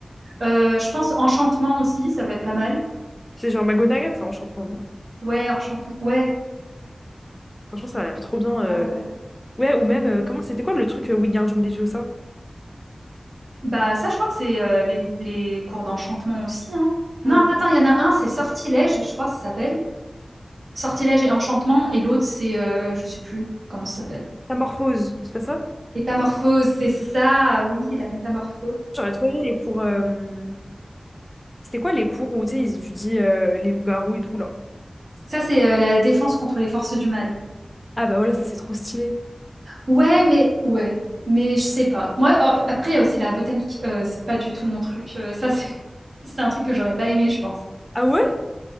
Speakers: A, on the right; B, on the left.
A: Euh, je pense enchantement aussi, ça peut être pas mal.
B: C'est genre Magonagan, ça enchantement, non?
A: Ouais, enchantement. Ouais.
B: Franchement, ça a l'air trop bien. euh.
A: ça, euh,
B: Ouais, ou même, euh, comment c'était quoi le truc euh, Wingardium Leviosa?
A: Bah, ça, je crois que c'est euh, les, les cours d'enchantement aussi, hein.
B: Ah
A: Non,
B: ouais.
A: attends, il y en a un, c'est sortilège, je crois que ça s'appelle. Sortilège et enchantement. Et l'autre, c'est, euh, je sais plus comment ça s'appelle.
B: Métamorphose, c'est pas ça?
A: Métamorphose, c'est ça. Oui, la métamorphose.
B: J'aurais trop aimé les cours. euh, C'était quoi les cours où tu sais, ils étudient euh, les loups-garous et tout là?
A: Ça, c'est euh, la défense contre les forces du mal.
B: Ah bah voilà, ça c'est trop stylé.
A: Ouais, mais ouais, mais je sais pas. Moi, ap- après, il y a aussi la botanique. Euh, c'est pas du tout mon truc. Euh, ça, c'est <laughs> c'est un truc que j'aurais pas aimé, je pense.
B: Ah ouais?